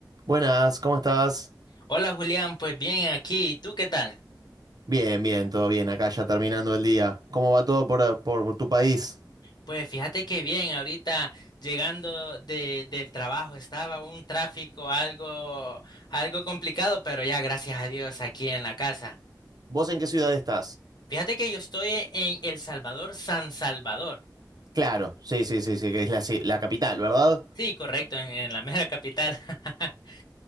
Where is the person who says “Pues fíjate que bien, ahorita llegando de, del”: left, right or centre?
Left